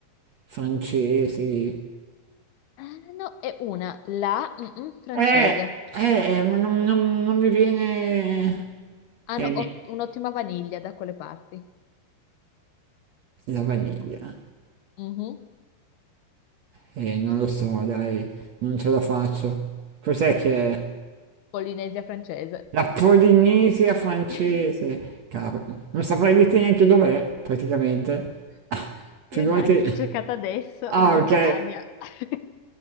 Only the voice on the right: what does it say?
francesi?
Eh, eh, eh, ma non, non- non mi viene...
Eh,
la vaniglia.
Eh, non lo so, dai, non ce la faccio. Cos'è che è?
La Polinesia francese,
cavolo. Non saprei dirti neanche dov'è, praticamente. Ah, Figurati...
Ah,
ok.